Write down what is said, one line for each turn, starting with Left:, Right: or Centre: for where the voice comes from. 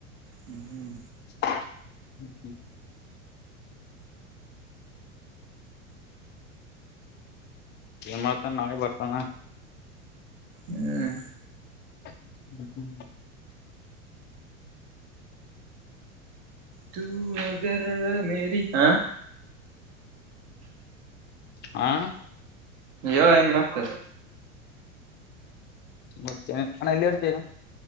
Right: ಹ್ಮ್ ಹ್ಮ್
Left: ಹ್ಮ ಹ್ಮ್ ಏನ್ ಮಾಡ್ತಾನ ನಾಳೆ ಬರ್ತಾನ
Right: ಹ್ಮ
Left: <inaudible>
Right: ತು ಅಗರ ಮೇರಿ ಆ
Left: ಹಾ
Right: ಯ ಏನ್ ಮತ್ತ
Left: ಮತ್ತೆ ಅಣ್ಣ ಇಲ್ಲೆ ಇರ್ತಿ ಇಗ